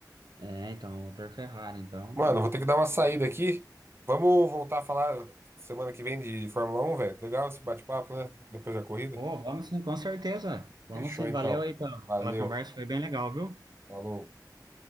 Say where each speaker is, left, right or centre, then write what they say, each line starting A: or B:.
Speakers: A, on the right (about 70°); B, on the right (about 35°).
A: é, então, motor Ferrari. Então,
B: Mano, eu vou ter que dar uma saída aqui. Vamos voltar a falar semana que vem de Fórmula Um, velho. Legal esse bate-papo, né? Depois da corrida.
A: Pô, vamos sim, com certeza. Vamos
B: Fechou,
A: sim,
B: então.
A: valeu aí pela,
B: Valeu.
A: pela conversa, foi bem legal, viu?
B: Falou.